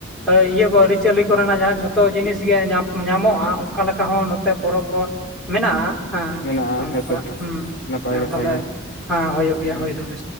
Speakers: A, in the centre; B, on the left.
A: ᱮ ᱤᱭᱟᱹ ᱠᱚ ᱟᱹᱨᱤᱪᱟᱹᱞᱤ ᱠᱚᱨᱮᱱᱟᱜ ᱡᱟᱦᱟᱸ ᱡᱷᱚᱛᱚ ᱡᱤᱱᱤᱥ ᱜᱮ ᱧᱟ ᱧᱟᱢᱚᱜᱼᱟ, ᱚᱚᱱᱠᱟ ᱞᱮᱠᱟ ᱦᱚᱸ ᱱᱚᱛᱮ ᱯᱚᱨᱚᱵᱽ ᱠᱚ ᱢᱮᱱᱟᱜᱼᱟ
B: ᱢᱮᱱᱟᱜᱼᱟ
A: ᱦᱮᱸ
B: ᱦᱮᱸᱥᱮ ᱱᱟᱯᱟᱭ
A: <unintelligible>
B: ᱠᱟᱛᱷᱟ
A: ᱛᱟᱦᱞᱮ
B: ᱜᱮ
A: ᱦᱮᱸ ᱦᱩᱭᱩᱜᱳ ᱜᱮᱭᱟ
B: ᱦᱮᱸ
A: ᱦᱳᱭ ᱫᱚ ᱦᱳᱭ